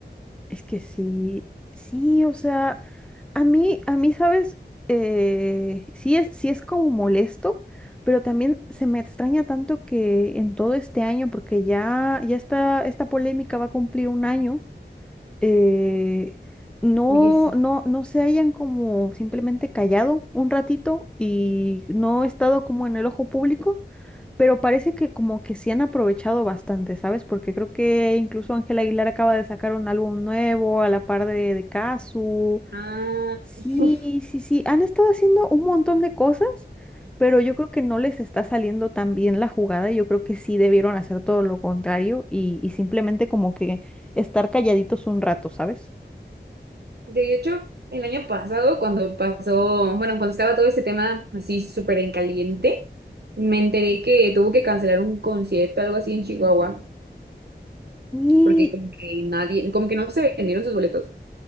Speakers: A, in the centre; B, on the right.
A: Es que sí, sí, o sea. A mí, a mí, sabes, eh, sí es, sí es como molesto, pero también se me extraña tanto que en todo este año, porque ya, ya está, esta polémica va a cumplir un año, eh, no,
B: Oye, sí.
A: no, no se hayan como simplemente callado un ratito y no he estado como en el ojo público, pero parece que como que se han aprovechado bastante, ¿sabes? Porque creo que incluso Ángela Aguilar acaba de sacar un álbum nuevo a la par de, de Cazzu.
B: Ah.
A: Sí,
B: <laughs>
A: sí, sí. Han estado haciendo un montón de cosas, pero yo creo que no les está saliendo tan bien la jugada. Yo creo que sí debieron hacer todo lo contrario y, y simplemente como que estar calladitos un rato, ¿sabes?
B: De hecho, el año pasado, cuando pasó, bueno, cuando estaba todo este tema así súper en caliente, me enteré que tuvo que cancelar un concierto, algo así en Chihuahua,
A: Y
B: porque como que nadie, como que no se vendieron sus boletos.